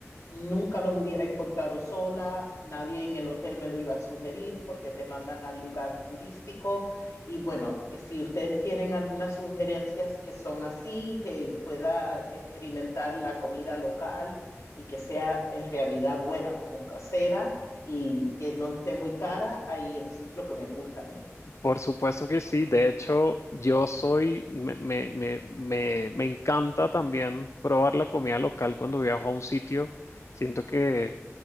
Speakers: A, on the left; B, on the left.
A: Nunca los hubiera encontrado sola, nadie en el hotel me lo iba a sugerir porque te mandan al lugar turístico. Y bueno, si ustedes tienen algunas sugerencias que son así, que pueda experimentar la comida local y que sea en realidad buena como casera y que no esté muy cara, ahí eso es lo que me gusta a mí.
B: Por supuesto que sí. De hecho, yo soy, me, me, me, me, me encanta también probar la comida local cuando viajo a un sitio. Siento que,